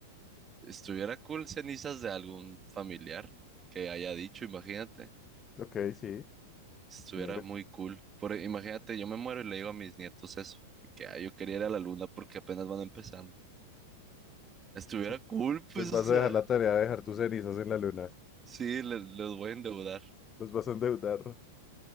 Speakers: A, on the right; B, on the left.
A: Estuviera cool cenizas de algún familiar que haya dicho, imagínate.
B: Ok, sí.
A: Estuviera
B: Mira.
A: muy cool. Por, e, imagínate, yo me muero y le digo a mis nietos eso. de Que "Ah, yo quería ir a la luna porque apenas van empezando. Estuviera
B: se-
A: cool, pues,
B: Les vas
A: o sea.
B: a dejar la tarea de dejar tus cenizas en la luna.
A: Sí, le- los voy a endeudar,
B: Los vas a endeudar.